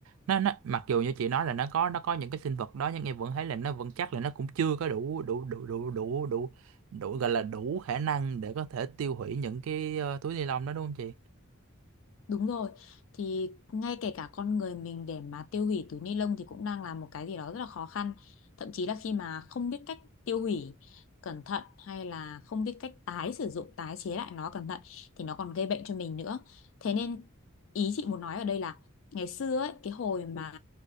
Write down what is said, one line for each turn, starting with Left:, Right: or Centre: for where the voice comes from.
Right: nó nó mặc dù như chị nói là nó có nó có những cái sinh vật đó nhưng em vẫn thấy là nó vẫn chắc là nó cũng chưa có đủ đủ đủ đủ đủ đủ đủ gọi là đủ khả năng để có thể tiêu hủy những cái ờ, túi ni lông đó đúng không chị
Left: Đúng rồi, thì ngay kể cả con người mình để mà tiêu hủy túi ni lông thì cũng đang là một cái gì đó rất là khó khăn. Thậm chí là khi mà không biết cách tiêu hủy cẩn thận hay là không biết cách tái sử dụng, tái chế lại nó cẩn thận thì nó còn gây bệnh cho mình nữa. Thế nên ý chị muốn nói ở đây là ngày xưa ấy, cái hồi mà